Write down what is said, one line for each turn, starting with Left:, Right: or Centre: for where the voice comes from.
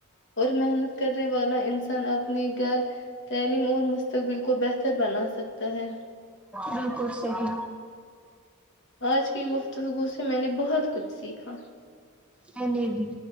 Left: اور محنت کرنے والا انسان اپنے گھر تعلیم اور مستقبل کو بہتر بنا سکتا ہے
Centre: جی کچ ص ہی
Left: آج کی توب سے میں نے بہت کچھ سیکھا
Centre: کہنے بھی